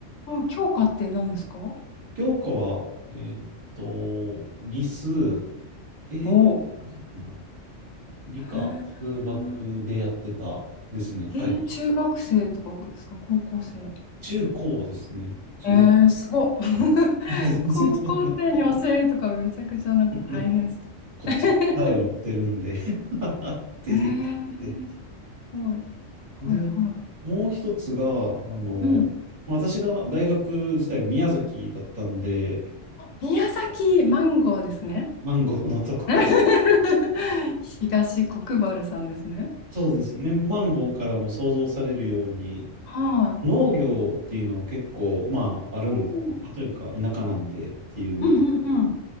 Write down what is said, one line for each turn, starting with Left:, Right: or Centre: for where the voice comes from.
Left: あ教科って何ですかお
Right: 教科は、えーっと、理数、英語はなかったな。
Left: おー。
Right: 理科、
Left: へ
Right: 数学でやってたですね。
Left: ー
Right: はい。
Left: えー、中学生とかですか高校生。
Right: 中高ですね。中学
Left: えー、すごっ。<laughs>
Right: で。<laughs> いや、全然そんな、
Left: 高校生に教えるとかめちゃくちゃなんか大変そう。
Right: そんな
Left: <laughs>
Right: こっちは答えを持ってるんで <laughs> って言って。
Left: えー、すごい。はいは
Right: で、もう一つが、あの、
Left: い。うん。
Right: 私が大学自体が宮崎だったんで、
Left: 宮崎マンゴーですね。
Right: マンゴーのところ、
Left: <laughs> 東国原さんですね。
Right: そうですね。マンゴーからも想像されるように、
Left: はい。
Right: 農業っていうのは結構、まあ、あるんですよね。
Left: おー
Right: まあというか、田舎なんでっていうので、
Left: うんうん